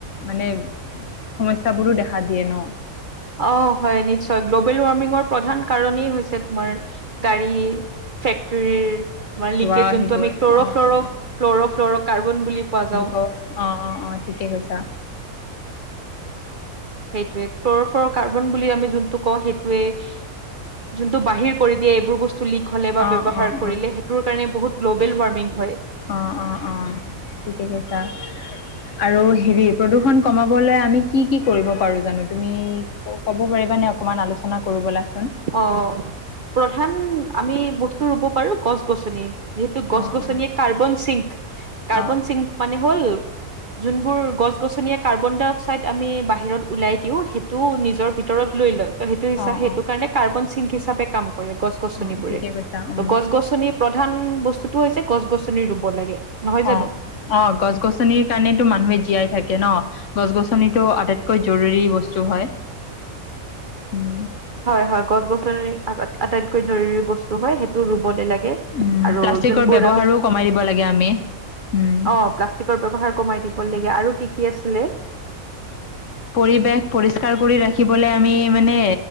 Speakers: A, on the left; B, on the right.
A: মানে সমস্যাবোৰো দেখা দিয়ে ন' ।
B: অ' হয় নিশ্চয়, গ্ল'বেল ৱাৰ্মিঙৰ প্ৰধান কাৰণেই হৈছে তোমাৰ গাড়ী। ফেক্টৰীৰ আমাৰ
A: ধোৱা
B: লিকেজ যোনটো
A: সেইবোৰ
B: আমি ক্লৰফ্লৰ,
A: অ' অ' অ'
B: ক্লৰফ্লৰ কাৰ্বন বুলি কোৱা যাও।
A: কওঁ অ' অ' অ' ঠিকে কৈছা
B: সেইটোৱে ক্ল'ৰফৰ কাৰ্বন বুলি আমি যোনটো কওঁ, সেইটোয়ে যোনটো বাহিৰ কৰি দিয়ে এইবোৰ বস্তু লিগ হ'লে বা
A: অ'
B: ব্যৱহাৰ
A: অ'
B: কৰিলে
A: অ'
B: সেইটোৰ কাৰণে বহুত গ্লবেল ৱাৰ্মিং হয়।
A: অ'- অ'- অ' ঠিকে কৈছা আৰু হেৰি প্ৰদূষণ কমাবলৈ আমি কি, কি কৰিব পাৰো জানো তুমি ক'ব পাৰিবানে অকমান আলোচনা কৰো বলাচোন।
B: অ' প্ৰধান আমি বস্তু ৰুব পাৰো গছ-গছনি। যিহেতু গছ-গছনিয়ে
A: অ অ
B: কাৰ্বন চিংক,
A: অ
B: কাৰ্বন চিংক মানে হ'ল যোনবোৰ গছ-গছনিয়ে কাৰ্বন-ডাই- অক্সাইড আমি বাহিৰত উওলাই দিও, সেইটোও নিজৰ ভিতৰত লৈ লয়। ত' সেইটো হিচা
A: অ অ
B: সেইটো
A: অ
B: কাৰণে সিং হিচাপ কাম গছ-গছনি
A: অ
B: বোৰে,
A: ঠিকে কৈছা উম
B: তো গছ-গছনি প্ৰধান টো হৈছে গছ-গছনি ৰুব লাগে। নহয় জানো?
A: অ অ গছ গছনিৰ কাৰণেতো মানুহে জীয়াই থাকে তাকে ন গছ গছনিটো আটাইতকৈ জৰুৰী বস্তু হয় উম
B: হয় হয় গছ গছনি আ আটাইতকৈ জৰুৰী বস্তু হয় সেইটো ৰুবলৈ লাগে অ
A: উম
B: আৰু
A: প্লাষ্টিকৰ
B: যিবোৰ
A: ব্যৱহাৰো কমাই দিব লাগে আমি উম
B: অ প্লাষ্টিকৰ ব্যৱহাৰ কমাই দিব লাগে আৰু কি কি আে নে <unintelligible>
A: পৰিৱেশ পৰিষ্কাৰ কৰি ৰাখিবলে আমি মানে